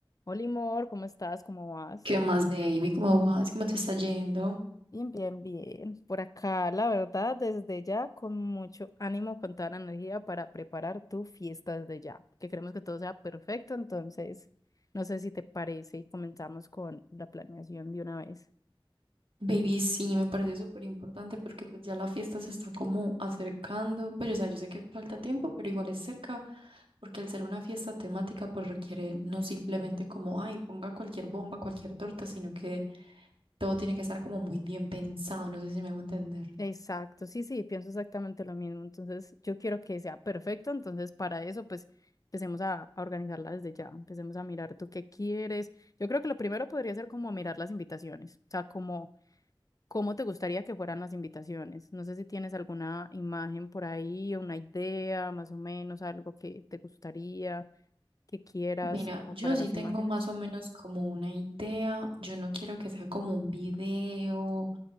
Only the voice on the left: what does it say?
Hola, amor, ¿cómo estás? ¿Cómo vas?
Bien, bien, bien. Por acá, la verdad, desde ya, con mucho ánimo, con toda la energía para preparar tu fiesta desde ya, que queremos que todo sea perfecto, entonces, no sé si te parece y comenzamos con la planeación de una vez.
Exacto, sí, sí, pienso exactamente lo mismo, entonces yo quiero que sea perfecto, entonces para eso, pues, empecemos a, a organizarla desde ya, empecemos a mirar tú qué quieres. Yo creo que lo primero podría ser como mirar las invitaciones, o sea, como... ¿Cómo te gustaría que fueran las invitaciones? No sé si tienes alguna imagen por ahí, una idea, más o menos, algo que te gustaría, que quieras
como
para
las
imágenes.